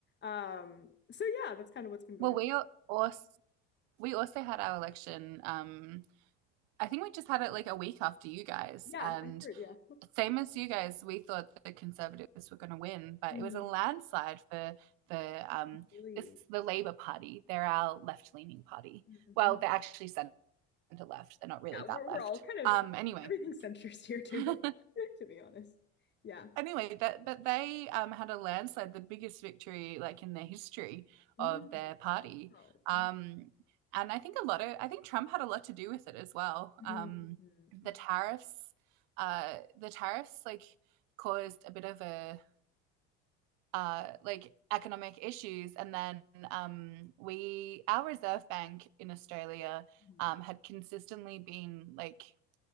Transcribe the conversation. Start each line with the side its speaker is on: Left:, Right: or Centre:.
Left: um, so yeah, that's kind of what's been going
Right: Well, we
Left: on.
Right: also we also had our election. Um, I think we just had it like a week after you guys,
Left: Yeah,
Right: and
Left: I heard, yeah.
Right: same as you guys, we thought the Conservatives were going to win, but
Left: Mm,
Right: it was a landslide for the um,
Left: really.
Right: it's the Labour Party. They're our left leaning party.
Left: Mhm.
Right: Well, they're actually centre left. They're not really
Left: Yeah,
Right: that
Left: we're
Right: left.
Left: we're all kind of
Right: Um, anyway,
Left: everything's centrist here too,
Right: <laughs>
Left: <laughs> to be honest. Yeah.
Right: anyway, that but they um, had a landslide, the biggest victory like in the history
Left: Mm.
Right: of their party.
Left: Oh,
Right: Um,
Left: wow.
Right: and I think a lot of I think Trump had a lot to do with it as well.
Left: Mm,
Right: Um,
Left: mhm,
Right: the
Left: mhm,
Right: tariffs, uh, the tariffs like caused a bit of a uh, like economic issues. And then um, we, our Reserve Bank in Australia,
Left: mhm.
Right: um, had consistently been like